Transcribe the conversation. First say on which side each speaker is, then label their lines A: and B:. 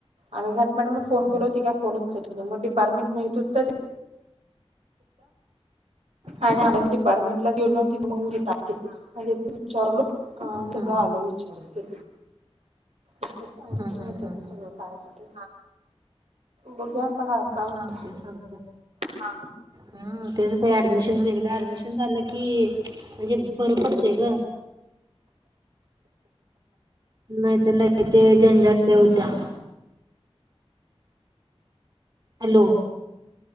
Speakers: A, on the right; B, on the right.
A: आम्ही घट फोन
B: हम्म
A: केलो ती काय फोन उचलली नाही मग डिपार्टमेंट माहित होत
B: हम्म
A: आणि <unintelligible> डिपारमेंट ला गेलो आणि तिथं मग विचारलो सगळं
B: हम्म
A: आल विचारल सांगितलं
B: हम्म हम्म हम्म
A: ना सगळं काशासाठी बघूया आता काय काय होते
B: चालतंय चालतंय
A: हा
B: हम्म तेच का ऍडमिशन एक ऍडमिशन झालं की म्हणजे बरं पडतेय ग नाहीत ल ते झंजातल्या होत्या. हॅलो.